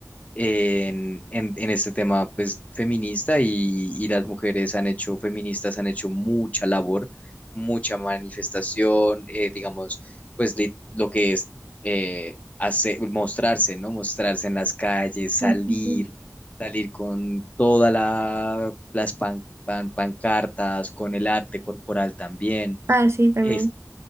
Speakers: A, on the left; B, on the right.
A: en, en- en este tema pues, feminista y, y las mujeres han hecho, feministas han hecho mucha labor, mucha manifestación, eh, digamos, pues li- lo que es eh, hace- mostrarse, ¿no? Mostrarse en las calles, salir,
B: ujú, sí. sí.
A: salir con todas la, las pan- pan- pancartas, con el arte corporal también,
B: Ah, sí, también.
A: este